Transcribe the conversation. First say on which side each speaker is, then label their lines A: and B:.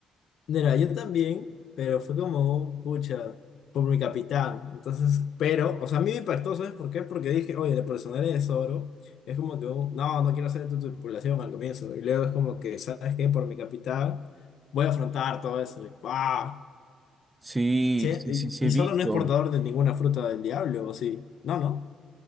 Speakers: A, on the left (about 70°); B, on the right (about 20°).
A: Mira, yo también, pero fue como un pucha por mi capitán. Entonces, pero, o sea, a mí me impactó, ¿sabes por qué? Porque dije, oye, la personalidad de Zoro es como que, un, no, no quiero hacer tu tripulación al comienzo. Y luego es como que, ¿sabes qué? Por mi capitán voy a afrontar todo eso. Y, ¡guau!
B: Sí,
A: Che,
B: sí,
A: y,
B: sí, sí
A: y
B: he visto.
A: Zoro no es portador de ninguna fruta del diablo, ¿o sí? No, no.